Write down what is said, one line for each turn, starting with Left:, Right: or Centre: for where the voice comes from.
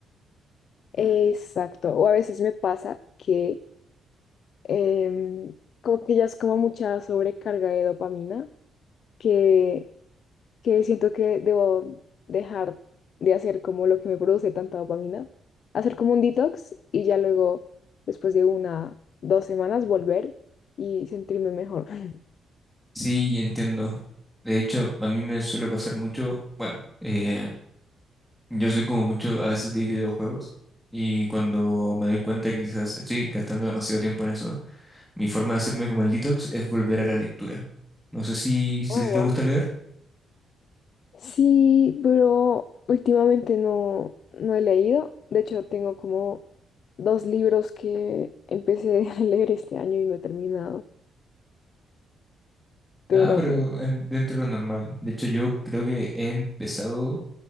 Left: Exacto, o a veces me pasa que em, como que ya es como mucha sobrecarga de dopamina, que que siento que debo dejar de hacer como lo que me produce tanta dopamina, hacer como un detox y ya luego, después de una, dos semanas, volver y sentirme mejor. <laughs>
Centre: Sí, entiendo. De hecho, a mí me suele pasar mucho, bueno, eh, yo soy como mucho a veces de videojuegos y cuando me doy cuenta que quizás estoy gastando demasiado tiempo en eso, mi forma de hacerme como el detox es volver a la lectura. No sé si, si
Left: Guau,
Centre: a ti te
Left: guau.
Centre: gusta leer.
Left: Sí, pero últimamente no, no he leído. De hecho, tengo como dos libros que empecé <laughs> a leer este año y no he terminado. Pero
Centre: Nada, pero
Left: bueno,
Centre: en- dentro de lo normal. De hecho, yo creo que he empezado